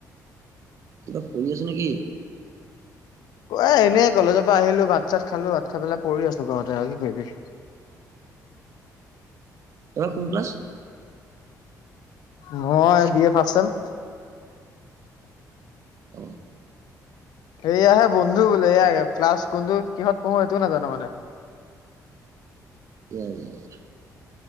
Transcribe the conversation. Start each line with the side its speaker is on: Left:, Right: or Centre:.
Right: কিবা কৰি আছ নেকি?
Left: অ' এনেই কলেজৰ পৰা আহিলো, ভাত চাত খালো, ভাত খাই পেলাই পৰি আছো ঘৰতে আৰু কি কৰিবি।
Right: তই কোন ক্লাছ?
Left: মই বি এ ফাৰ্ষ্টচেম।
Right: অ
Left: সেয়া হে বন্ধু বোলে, এয়া ক্লাছ কোনটো, কিহত পঢ়ো সেইটোও নাজানো মানে।
Right: ইয়া! ইয়া! ইয়া!